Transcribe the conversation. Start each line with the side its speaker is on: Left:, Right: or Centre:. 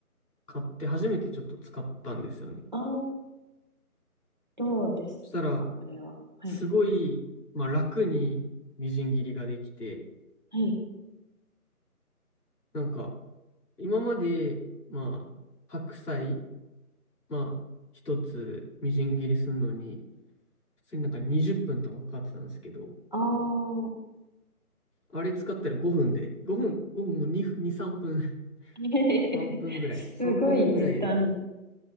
Left: 買って初めてちょっと使ったんですよね。
Right: ああ、どうですか、
Left: そしたら、
Right: あれは。はい、
Left: すごい、まあ、楽にみじん切りができて、
Right: はい。
Left: なんか、今まで、まあ、白菜、まあ、一つみじん切りするのに、普通になんか20分とかかかってたんですけど、
Right: ああ、
Left: あれ使ったら5分で、5分、5分も2、2、3分、<laughs>
Right: <laughs>
Left: 3分ぐらい、
Right: すごい時短。
Left: 3分ぐらいで